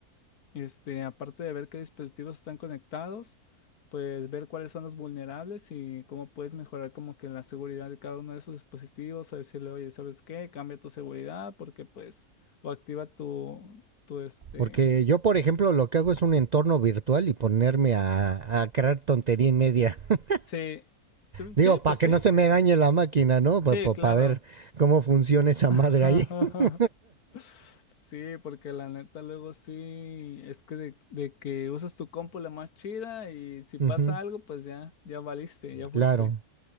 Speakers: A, on the left (about 80°); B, on the right (about 65°).
A: este, aparte de ver qué dispositivos están conectados, pues ver cuáles son los vulnerables y cómo puedes mejorar como que la seguridad de cada uno de esos dispositivos, o decirle, oye, ¿sabes qué? Cambia tu seguridad porque pues, o activa tu, tu este,
B: Porque yo, por ejemplo, lo que hago es un entorno virtual y ponerme a, a crear tontería y media. <laughs>
A: sí, sí,
B: Digo,
A: sí,
B: para
A: pues
B: que
A: sí,
B: no se me dañe la máquina, ¿no? Para
A: sí, claro.
B: ver cómo funciona esa
A: <laughs>
B: madre ahí. <laughs>
A: Sí, porque la neta luego sí, es que de, de que usas tu compu la más chida y si pasa
B: Ujú,
A: algo, pues ya, ya valiste, ya fuiste.
B: claro.